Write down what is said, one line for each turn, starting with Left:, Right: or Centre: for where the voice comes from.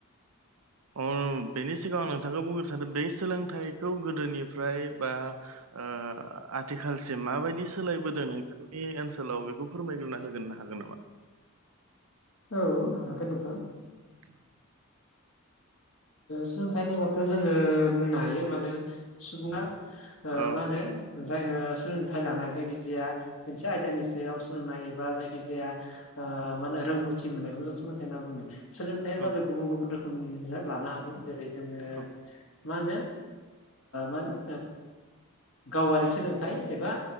Right: अ बेनि सिगाङा आं नोंथांखौ बुंनो सानो बे सोलोंथाइखौ गोदोनिफ्राय बा ओ आथिखालसिम माबायदि सोलायबोदों नोंथांनि ओनसोलाव बेखौ फोरमायग्रोना होगोन हागोन नामा?
Left: औ हगोन नोंथां।
Right: <inaudible>
Left: सोलोंथाइ होननायोबाथ' जोङो बुंनो हायो माने सुबुङा मा
Right: औ
Left: होनो जाय सोलोंथाइ लानाय जायखिजाया मोनसे आयदानि सायाव सोलोंनाय एबा जायखिजाया माने रोंगौथि मोननायखौ जोंसो मथाइ होनना बुङो सोलोंथाइया
Right: औ
Left: जाबाय गुबुन गुबुन रोखोमनि लानो हागौ। जेरै जोङो
Right: औ
Left: मा होनो मानो गावारि सोलोंथाइ एबा